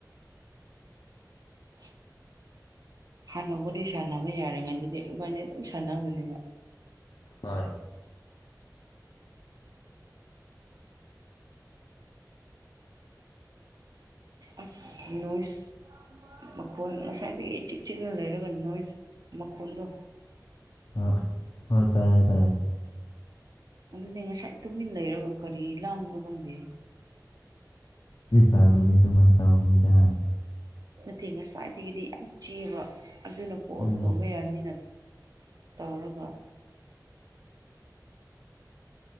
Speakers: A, on the right; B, on the left.
A: <unintelligible> ꯍꯥꯟꯅꯕꯨꯗꯤ ꯁꯥꯟꯅꯕ ꯌꯥꯔꯤꯉꯩꯗꯗꯤ ꯏꯕꯥꯅꯤ ꯑꯗꯨꯝ ꯁꯥꯟꯅꯕꯅꯦꯕ
B: ꯍꯣꯏ
A: ꯑ ꯅꯨꯁ ꯃꯈꯣꯟ ꯉꯁꯥꯏꯗꯒꯤ ꯏꯆꯤꯛ ꯆꯤꯛꯂ ꯂꯩꯔꯒ ꯅꯣꯏꯁ ꯃꯈꯣꯟꯜꯗꯣ
B: ꯑ ꯍ ꯇꯥꯏꯌꯦ ꯇꯥꯏꯌꯦꯦ
A: ꯑꯗꯨꯅꯦ ꯉꯁꯥꯏ ꯇꯨꯃꯤꯟ ꯂꯩꯔꯒ ꯀꯔꯤ ꯂꯥꯡꯕ ꯈꯪꯗꯦ
B: ꯇꯥꯔꯗꯗꯤ ꯑꯗꯨꯃꯥꯏꯅ ꯇꯧꯅꯤꯗ
A: ꯅꯠꯇꯦ ꯉꯁꯥꯏꯗꯒꯤꯗꯤ ꯌꯥꯝ ꯆꯦꯕ ꯑꯗꯨꯅ ꯀꯣꯜ
B: ꯎꯝ
A: ꯇꯧꯕ ꯌꯥꯔꯅꯤꯅ ꯇꯧꯔꯒ